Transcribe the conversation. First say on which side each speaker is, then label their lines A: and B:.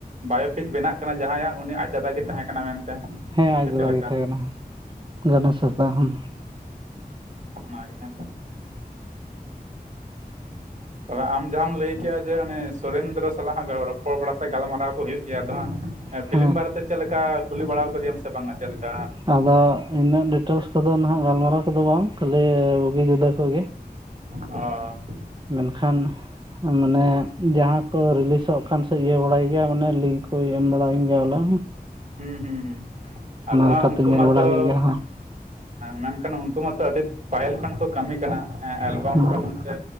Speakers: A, on the right (about 50°); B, on the right (about 30°).
A: ᱵᱟᱭᱳᱼᱼ ᱴᱷᱤᱠ ᱵᱮᱱᱟᱜ ᱠᱟᱱᱟ ᱡᱟᱦᱟᱸᱭᱟᱜ ᱩᱱᱤ ᱟᱡᱟᱫ ᱜᱮ ᱛᱟᱦᱮᱸ ᱠᱟᱱᱟ ᱢᱮᱱᱛᱮ
B: ᱦᱮᱸ ᱟᱡ
A: ᱥᱮ
B: ᱫᱟᱫᱟ
A: ᱪᱮᱫ ᱞᱮᱠᱟ?
B: ᱜᱮ ᱛᱟᱦᱮᱸ ᱜᱚᱱᱮᱥ ᱦᱟᱸᱥᱫᱟ ᱦᱚᱸᱼᱼ
A: ᱚᱱᱟ ᱜᱮ ᱛᱟᱦᱮ ᱟᱢ ᱡᱟᱦᱟᱸᱟᱢ ᱞᱟᱹᱭ ᱠᱮᱫᱮᱜᱼᱟ ᱡᱮ ᱚᱱᱤ ᱥᱩᱨᱮᱱᱫᱨᱚᱼᱼ ᱥᱟᱞᱟᱜ ᱨᱚᱯᱚᱲ ᱵᱟᱲᱟ ᱥᱮ ᱜᱟᱞᱢᱟᱨᱟᱣ ᱠᱚ ᱦᱩᱭᱩᱜ ᱜᱮᱭᱟ ᱟᱫᱚ ᱦᱟᱸᱜ ᱯᱷᱤᱞᱤᱢ
B: ᱦᱮᱸ
A: ᱵᱟᱨᱮᱼᱼ ᱪᱮᱫ ᱞᱮᱠᱟ ᱠᱩᱞᱤ ᱵᱟᱲᱟ ᱟᱠᱟᱫᱮᱟᱢ ᱥᱮ ᱵᱟᱝᱟ ᱪᱮᱫ ᱞᱮᱠᱟ?
B: ᱟᱫᱚ ᱤᱱᱟᱹᱜ ᱰᱤᱴᱮᱞᱥ ᱠᱚᱫᱚ ᱱᱟᱦᱟᱜ ᱜᱟᱞᱢᱟᱨᱟᱣ ᱠᱚᱫᱚ ᱵᱟᱝ ᱠᱷᱟᱹᱞᱤ ᱵᱩᱜᱤ ᱡᱩᱫᱟᱹ ᱠᱷᱜᱮᱼᱼ
A: ᱚ
B: ᱢᱮᱱ ᱠᱷᱟᱱ ᱢᱟᱱᱮ ᱡᱟᱦᱟᱸ ᱠᱚ ᱨᱤᱞᱤᱥᱚᱜ ᱠᱟᱱ ᱥᱮ ᱤᱭᱟᱹ ᱵᱟᱲᱟᱭ ᱜᱮᱭᱟ ᱢᱟᱱᱮ ᱞᱤᱝᱠ ᱠᱚᱭ ᱮᱢ ᱵᱟᱲᱟᱭᱤᱧ ᱜᱮᱭᱟ ᱵᱚᱞᱮᱼᱼ
A: ᱦᱩᱸ ᱦᱩᱸ ᱦᱩᱸ ᱟᱫᱚ ᱦᱟᱸᱜ
B: ᱞᱮᱠᱟᱛᱮ
A: ᱩᱱᱠᱩ
B: ᱧᱮᱞ
A: ᱢᱟᱛᱚᱼᱼ
B: ᱵᱟᱲᱟ ᱦᱩᱭᱩᱜ ᱜᱮᱭᱟ
A: ᱢᱮᱱᱠᱷᱟᱱ ᱩᱱᱠᱩ ᱢᱟᱛᱚ ᱟᱹᱰᱤ ᱯᱟᱹᱦᱤᱞ ᱠᱷᱚᱱ ᱠᱚ ᱠᱟᱹᱢᱤ ᱠᱟᱱᱟ ᱮᱞᱵᱟᱢ
B: ᱦᱮᱸ
A: ᱠᱷᱚᱱ ᱥᱮᱼᱼ